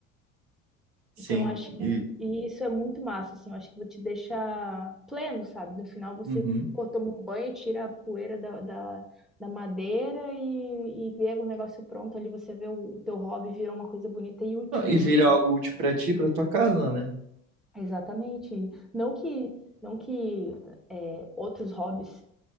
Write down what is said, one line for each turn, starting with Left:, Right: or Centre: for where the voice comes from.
Right: Sim,
Centre: Então acho
Right: e,
Centre: e isso é muito massa, assim, eu acho que te deixa pleno, sabe? No final você
Right: Uhum.
Centre: pô, toma um banho, tira a poeira da, da, da madeira e, e vê o negócio pronto ali, você vê o, o teu hobby virar uma coisa bonita e útil,
Right: Não, E
Centre: né,
Right: vira
Centre: no fim.
Right: algo útil pra ti, pra tua casa, né?
Centre: Exatamente. E Não que não que é, outros hobbies